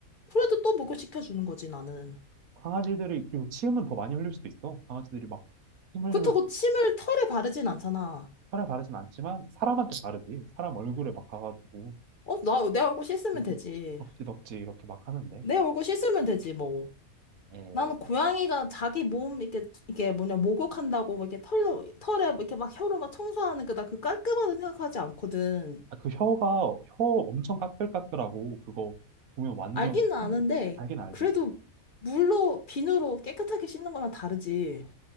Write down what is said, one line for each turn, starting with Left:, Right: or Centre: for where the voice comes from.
Left: 그래도 또 목을 식혀주는 거지, 나는.
Right: 강아지들이 그리고 침은 더 많이 흘릴 수도 있어. 강아지들이 막 침 흘리면
Left: 그렇다고 침을 털에 바르진 않잖아.
Right: 사에 가르진 않지만 사람한테 가르지. 사람 얼굴에 막 가가지고
Left: 어, 나, 내 얼굴 씻으면
Right: 이렇게
Left: 되지.
Right: 덕지덕지 이렇게 막 하는데.
Left: 내 얼굴 씻으면 되지, 뭐.
Right: 에,
Left: 나는 고양이가 자기 몸, 이렇게, 이게 뭐냐, 목욕한다고, 막 이렇게 털로, 털에 막 이렇게 막 혀로 막 청소하는 거나 그 깔끔하다 생각하지 않거든.
Right: 아, 그 혀가 혀 엄청 까끌까끌하고 그거 보면 완전
Left: 알기는 아는데,
Right: 참 알긴 알지.
Left: 그래도 물로, 비누로 깨끗하게 씻는 거랑 다르지.